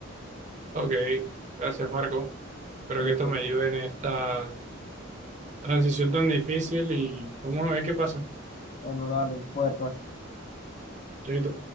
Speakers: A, on the right (about 35°); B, on the left (about 35°).
A: ok, gracias Marco. Espero
B: Esto.
A: que esto me ayude en esta transición tan difícil y vamos a ver qué pasa.
B: honorar a los puertas.
A: Chaito.